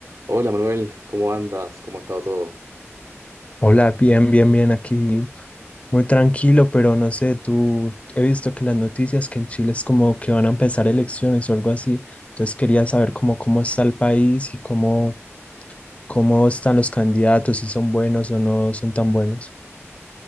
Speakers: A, on the right; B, on the left.
A: Hola Manuel, ¿cómo andas? ¿Cómo ha estado todo?
B: Hola, bien, bien, bien, aquí muy tranquilo, pero no sé, tú he visto que las noticias que en Chile es como que van a empezar elecciones o algo así, entonces quería saber cómo, cómo está el país y cómo, cómo están los candidatos, si son buenos o no son tan buenos.